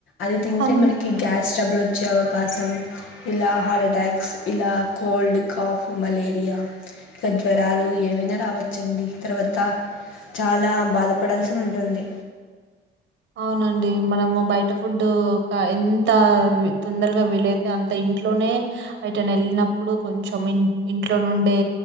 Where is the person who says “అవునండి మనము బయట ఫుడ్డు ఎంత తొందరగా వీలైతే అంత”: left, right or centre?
Right